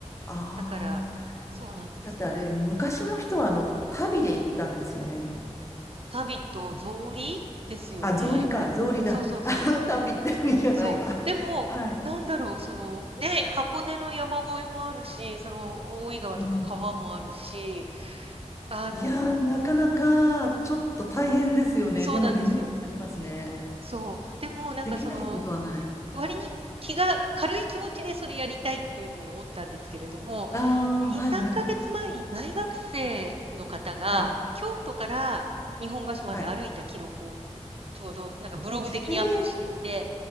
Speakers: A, on the left; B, on the right.
A: ああ。
B: だから、そうなんですよ。
A: だってあれ、昔の人はあの、旅で行ったんですよね。
B: タビと草履ですよね。
A: あ、草履か、草履だ。
B: そうそうそう。
A: あ、旅、旅じゃないわ。
B: そう。でも、
A: はい。
B: なんだろう、その、ね、箱根の山越えもあるし、その、大井川とか川もあるし、
A: うん。
B: あの
A: いやー、なかなか、ちょっと大変ですよね。
B: そうなんですよ。
A: でも夢がありますね。
B: そう。でも、なんかその、
A: できないことはない。
B: 割に気が軽い気持ちでそれやりたいっていう風に思ったんですけれども、
A: ああ、
B: 2、
A: はいはい。
B: 3ヶ月前に大学生の方が、
A: はい。
B: 京都から日本橋まで歩いた記録を
A: はい。
B: ちょうどなんかブログ的にアップしていて、
A: ええ